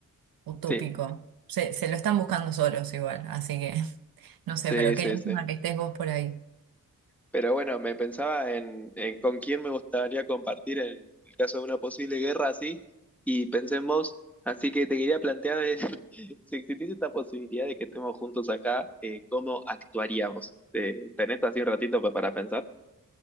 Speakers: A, on the right; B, in the centre.
A: utópico.
B: Sí,
A: Se, se lo están buscando solos igual, así que <laughs> no sé,
B: sí,
A: pero
B: sí,
A: qué lástima
B: sí.
A: que estés vos por ahí.
B: Pero bueno, me pensaba en, en con quién me gustaría compartir en el caso de una posible guerra así, y pensé en vos, así que te quería plantear, eh, <laughs> si existiese esta posibilidad de que estemos juntos acá, eh, ¿cómo actuaríamos? Eh, ¿tenés así un ratito pa- para pensar?